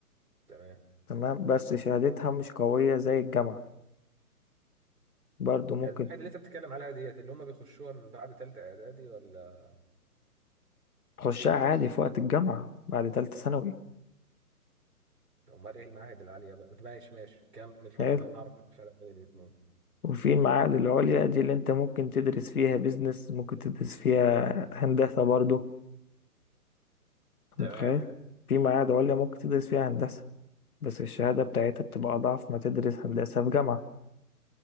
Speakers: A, on the right; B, on the left.
A: تمام
B: تمام بس شهادتها مش قوية زي الجامعة برضو ممكن
A: هي المعاهد اللي انت بتتكلم عليها ديت اللي هم بيخشوها من بعد تالتة اعدادي ولا
B: تخشها عادي في وقت الجامعة بعد تالتة ثانوي
A: امال ايه المعاهد العاليه بقى ماشي ماشي كمل كده
B: حلو
A: وانا هعرف الفرق بين الاثنين
B: وفي المعاهد العليا دي اللي انت ممكن تدرس فيها بيزنس ممكن تدرس فيها هندسة برضو متخيل
A: تمام
B: في معاهد عليا ممكن تدرس فيها هندسة بس الشهادة بتاعتها بتبقى أضعف ما تدرس هندسة في جامعة